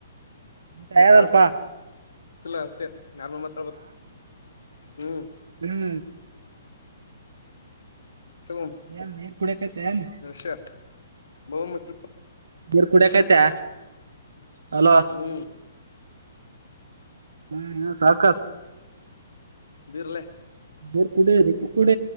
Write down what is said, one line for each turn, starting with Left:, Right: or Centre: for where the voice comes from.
Right: ನನ್ ಹೇಳಲಪಾ
Left: ಬ್ಯಾಡ್ ವರ್ಡ್ಸ್ ಇಲ್ಲ ಅಷ್ಟೇ ನಾರ್ಮಲ್ ಮಾತಾಡು ಬೇಕು ಹ್ಮ್
Right: ಹ್ಮ್
Left: ತಗೋ
Right: ಯಾರ ನೀರು ಕುಡಿಕತ ಯಾನ್
Left: ರಷ್ಯಾ <unintelligible>
Right: ನೀರ್ ಕುಡಿಯಕೈತೆ ಹಲೋ
Left: ಹ್ಮ್
Right: ಹ್ಮ್ ಹ ಸಕ
Left: ಬೀರ್ಲೆ
Right: ಕುೂಡ ಕಡ